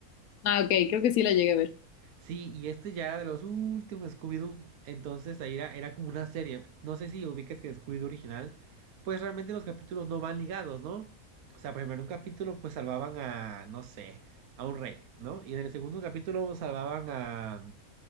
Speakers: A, on the left; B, on the right.
A: Ah, ok, creo que sí la llegué a ver.
B: Sí, y este ya era de los últimos Scooby-Doo. Entonces ahí era, era como una serie. No sé si ubicas que Scooby-Doo original, pues realmente los capítulos no van ligados, ¿no? O sea, por ejemplo, en un capítulo pues salvaban a, no sé, a un rey, ¿no? Y en el segundo capítulo salvaban a,